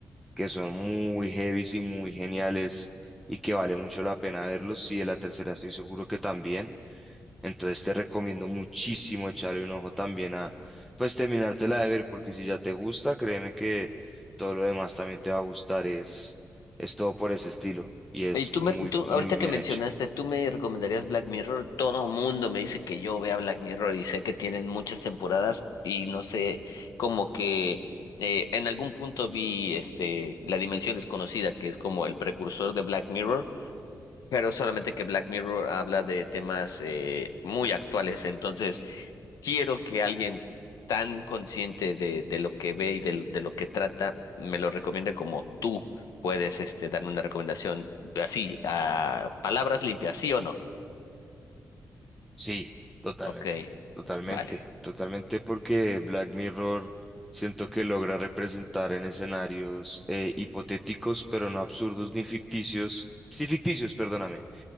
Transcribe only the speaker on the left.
Y tú,
me, tú,
ahorita
que mencionaste,
tú me recomendarías Black Mirror. Todo mundo me dice que yo vea Black Mirror y sé que tienen muchas temporadas y no sé, como que eh, en algún punto vi este La Dimensión Desconocida, que es como el precursor de Black Mirror, pero solamente que Black Mirror habla de temas eh, muy actuales. Entonces, quiero que alguien tan consciente de, de lo que ve y de, de lo que trata me lo recomiende como tú puedes este, darme una recomendación así, a palabras limpias, ¿sí o no?
Ok,
vale,